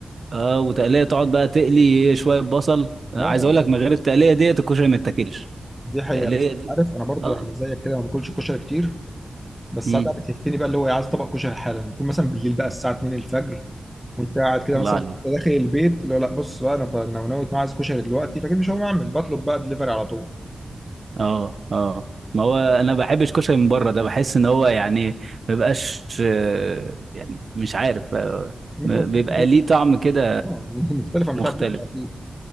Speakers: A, on the right; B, in the centre.
A: اه وتقليه تقعد بقى تقلي شويه بصل عايز
B: اه
A: اقول لك من غير التقليه ديت الكشري ما يتاكلش
B: دي حقيقه
A: تقلية
B: بس
A: دي
B: عارف انا برضو
A: اه
B: يعني زيك كده ما باكلش كشري كتير بس
A: امم
B: ساعات بقى بتهفني بقى اللي هو إيه، عايز طبق كشري حالا بكون مثلا بالليل بقى الساعه 2 الفجر وانت قاعد كده
A: الله
B: مثلا
A: عليك
B: وأنت داخل البيت اللي هو لا بص بقى انا طيب انا ناوي أنا عايز كشري دلوقتي فاكيد مش هقوم اعمل بطلب بقى دليفري على طول
A: اه اه ما هو انا ما بحبش كشري من بره ده بحس ان هو يعني ما بيبقاش آه، يعني مش عارف آه،
B: ممكن
A: م- بيبقى ليه طعم كده
B: اه مختلف عن
A: مختلف
B: بتاع البيت ده اكيد